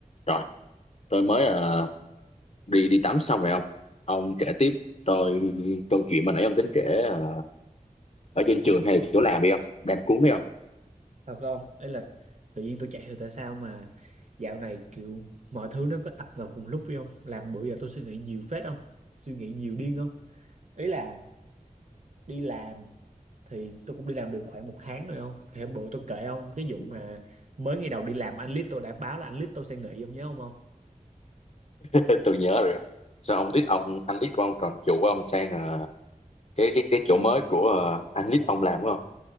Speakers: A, on the left; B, on the right.
A: Rồi, tôi mới ờ, đi đi tắm xong rồi ông. Ông kể tiếp tôi câu chuyện mà nãy ông tính kể ờ, ở trên trường hay là chỗ làm đi không? Đang cuốn đi không?
B: thật không ấy là tự nhiên tôi chạy thì tại sao mà dạo này kiểu mọi thứ nó có ập vào cùng lúc phải không làm bữa giờ tôi suy nghĩ nhiều phết không suy nghĩ nhiều điên không ý là đi làm thì tôi cũng đi làm được khoảng một tháng rồi không thì hôm bữa tôi kể ông cái vụ
A: Ừ,
B: mà mới ngày đầu đi làm anh Lít tôi đã báo là anh Lít tôi sẽ nghỉ ông nhớ không không
A: Tôi, tôi nhớ rồi. Sao ông lít ông anh lít của ông còn chủ của ông sang ờ, cái cái cái chỗ mới của ờ, anh lít ông làm đúng không?